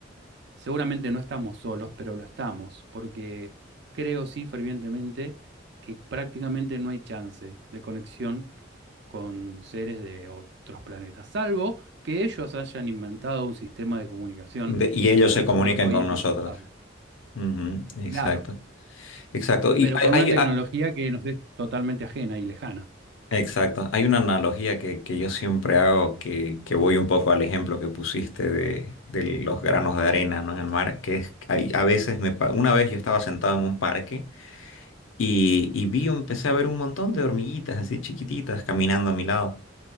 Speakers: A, on the right (about 60°); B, on the left (about 80°).
A: Seguramente no estamos solos, pero lo estamos, porque creo sí fervientemente que prácticamente no hay chance de conexión con seres de otros planetas, salvo que ellos hayan inventado un sistema de comunicación
B: De- y
A: que
B: ellos
A: para
B: se
A: nosotros
B: comunican
A: hoy
B: con
A: es
B: nosotros.
A: impensable.
B: Ujú, exacto.
A: Claro,
B: Exacto. Y
A: pero con
B: hay,
A: una tecnología
B: hay- ah,
A: que nos es totalmente ajena y lejana.
B: Exacto. Hay una analogía que, que yo siempre hago que, que voy un poco al ejemplo que pusiste de, de los granos de arena, ¿no? en el mar, que es hay- a veces me pa- una vez yo estaba sentado en un parque y, y vi, empecé a ver un montón de hormiguitas así chiquititas caminando a mi lado